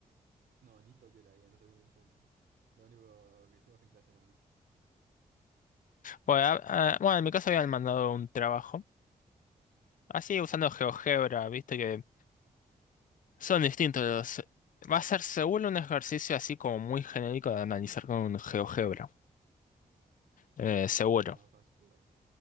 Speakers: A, on the right; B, on the left.
A: no, ni toqué la guía, no toqué ni un punto. Lo único que hicimos en clase nada más.
B: Bueno, ah, ah, bueno, en mi caso habían mandado un trabajo Así usando GeoGebra, viste que son distintos los... Va a ser seguro un ejercicio así como muy genérico de analizar con GeoGebra. eh,
A: Sí, con
B: seguro.
A: coger es más fácil igual.